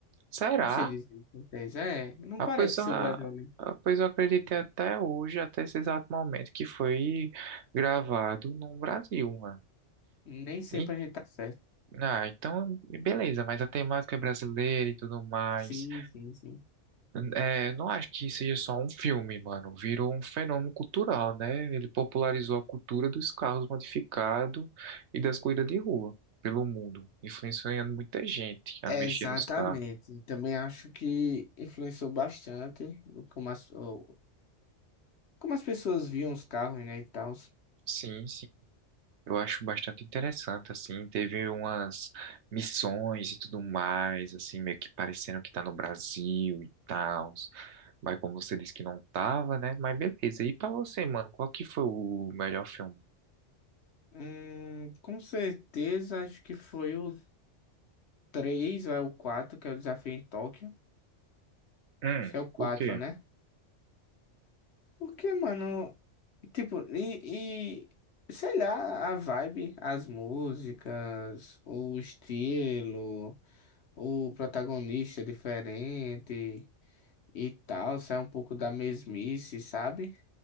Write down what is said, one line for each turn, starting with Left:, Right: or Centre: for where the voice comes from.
Right: será?
Left: Não sei dizer o que acontece. É, não
Right: Ah,
Left: parece
Right: pois, a-
Left: ser o Brasil, né?
Right: ah, pois eu acreditei até hoje, até esse exato momento, que foi gravado no Brasil, mano.
Left: Nem sempre
Right: E-
Left: a gente tá certo.
Right: ah, então, beleza, mas a temática é brasileira e tudo mais.
Left: Sim, sim, sim.
Right: É, não acho que seja só um filme, mano. Virou um fenômeno cultural, né? Ele popularizou a cultura dos carros modificados e das corridas de rua pelo mundo, influenciando muita gente a
Left: Exatamente.
Right: mexer nos carros.
Left: Também acho que influenciou bastante o- como as, o- como as pessoas viam os carros, né, e tal.
Right: Sim, sim. Eu acho bastante interessante, assim. Teve umas missões e tudo mais, assim, meio que parecendo que tá no Brasil e tal. Mas como você disse que não tava, né? Mas beleza. E pra você, mano, qual que foi o melhor filme?
Left: Hum, com certeza, acho que foi o 3 ou é o 4 que é o desafio em Tóquio.
Right: Hum,
Left: Acho que é o quatro,
Right: por quê?
Left: né? Porque, mano, tipo, e, e sei lá, a vibe, as músicas, o estilo. o protagonista é diferente e tal, sai um pouco da mesmice, sabe?